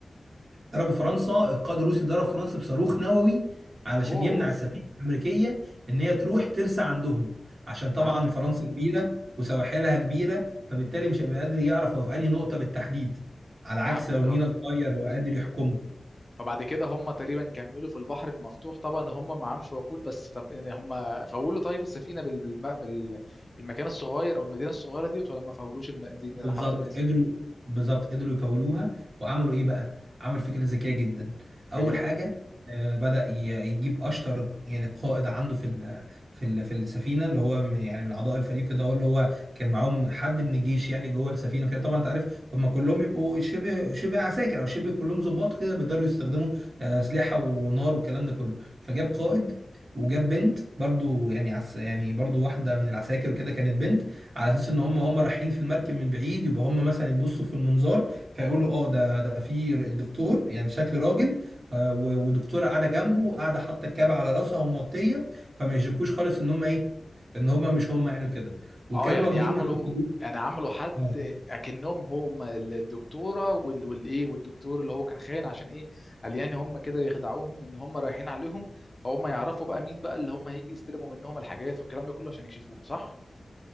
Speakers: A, on the right (about 55°); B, on the left (about 25°).
A: ضربوا فرنسا القائد الروسي ضرب فرنسا بصاروخ نووي علشان
B: اوه
A: يمنع السفينه الامريكيه ان هي تروح ترسى عندهم عشان طبعا
B: فهمتك
A: فرنسا كبيره وسواحلها كبيره فبالتالي مش هيبقى قادر يعرف هو في انهي نقطه بالتحديد على عكس
B: فهمتك
A: لو مينا
B: اه
A: صغير وقادر يحكمه
B: فبعد كده هم تقريبا كملوا في البحر المفتوح طبعا هم معهمش وقود بس طب إن هم فولوا طيب السفينه بال... بالم... بال... المكان الصغير او المدينه الصغيره ديت ولا ما فولوش البنزين يعني
A: بالظبط
B: حطوا البنزين
A: قدروا بالظبط قدروا يفولوها وعملوا ايه بقى؟ عمل فكره
B: فيه
A: ذكيه جدا.
B: هي
A: اول
B: بقى
A: حاجه آه، بدأ ي- يجيب اشطر يعني قائد عنده في ال في ال في السفينه اللي هو من- يعني من اعضاء الفريق كده هو اللي هو كان معاهم حد من الجيش يعني جوه السفينه وكده طبعا انت عارف هم كلهم بيبقوا شبه شبه عساكر او شبه كلهم ضباط كده بيقدروا يستخدموا آه، اسلحه ونار والكلام ده كله فجاب قائد وجاب بنت برضو يعني عس يعني برضو واحده من العساكر وكده كانت بنت على اساس ان هم هم رايحين في المركب من بعيد يبقى هم مثلا يبصوا في المنظار فيقولوا اه ده ده في الدكتور يعني شكل راجل آه، و- والدكتوره قاعده جنبه قاعده حاطه الكاب على راسها وموطيه فما يشكوش خالص ان هم ايه ان هم مش هم يعني كده وكانوا
B: اه يعني
A: واخدين
B: عملوا
A: معاهم
B: يعني عملوا حد
A: فلوس
B: اكنهم هم ال- الدكتوره وال... والايه والدكتور اللي هو كان خاين عشان ايه قال يعني هم كده يخدعوهم ان هم رايحين عليهم فهم يعرفوا بقى مين بقى اللي هم هيجي يستلموا منهم الحاجات والكلام ده كله عشان يكشفوهم صح